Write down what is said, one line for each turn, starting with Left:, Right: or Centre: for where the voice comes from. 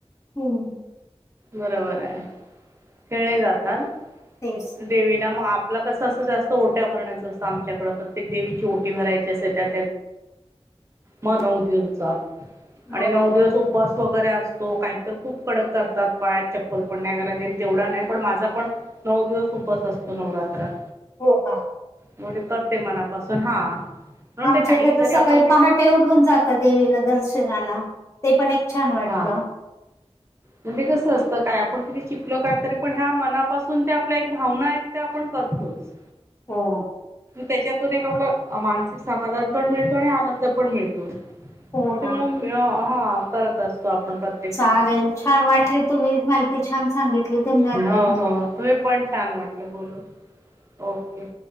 Left: होम्
Right: बरोबर आहे खेळे जातात
Left: तेच
Right: देवी मग आपलं कसं असं जास्त ओट्या भरण्यायचं असतं आमच्याकडे प्रत्येक देवीची ओटी भरायची असते त्या म नऊ दिवसात आणि
Left: बरोबर
Right: नव दिवस उपास वगैरे असतो काहीत खूप कडक करतात पाळ्यात चप्पल पण नाही घायलाल तेवढा नाही पण माझा पण नऊ दिवस उपवास असतो नवरात्रात.
Left: हो का
Right: म्हणजे करते मनापासून हा. म्हणून
Left: आमच्या
Right: ते काही
Left: इथे आ तर
Right: जरी
Left: सकाळी
Right: आपण कि
Left: पहाट ते उठून जाता देवीला दर्शनाला, ते पण एक छान वाटत.
Right: हा म्हणजे कसं असतं काय आपण किती शिकलो, काय तरी पण ह्या मनापासून ते आपल्या एक भावना आहेत. ते आपण करतोच.
Left: हो.
Right: त्याच्यातून एक आप मानसिक समाधान पण मिळतो, आणि आनंद पण मिळतो.
Left: हो ना
Right: त्यामुळ हा करत असतो आपण, प्रत
Left: चालेल छान वाटली, तुम्ही माहिती छान सांगितली. धन्यवाद
Right: हो
Left: ताई
Right: हो तुम्ही पण छान वाटलं बोलून, ओके.